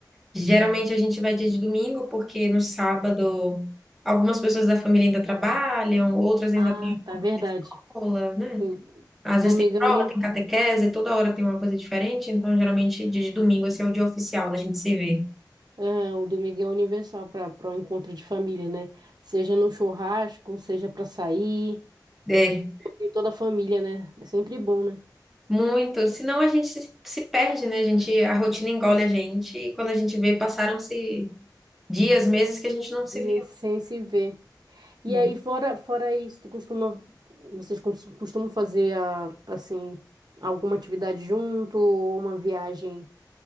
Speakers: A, in the centre; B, on the right.
A: Geralmente a gente vai dia de domingo, porque no sábado algumas pessoas da família ainda trabalham, outras ainda
B: Ah,
A: têm
B: tá,
A: alguma
B: verdade.
A: coisa da escola, né?
B: O
A: Às
B: domingo
A: vezes tem
B: é,
A: prova,
B: uni...
A: tem catequese, toda hora tem uma coisa diferente, então geralmente dia de domingo esse é o dia oficial da gente se ver.
B: é, o domingo é universal para para o encontro de família, né? Seja no churrasco, seja para sair,
A: É,
B: e toda a família, né? É sempre bom, né?
A: muito. Senão a gente se, se perde, né? A gente, a rotina engole a gente e quando a gente vê, passaram-se dias, meses que a gente não
B: De
A: se viu,
B: sem se ver. E
A: né?
B: aí, fora, fora isso, tu costuma, vocês cons- costumam fazer a- assim alguma atividade junto ou uma viagem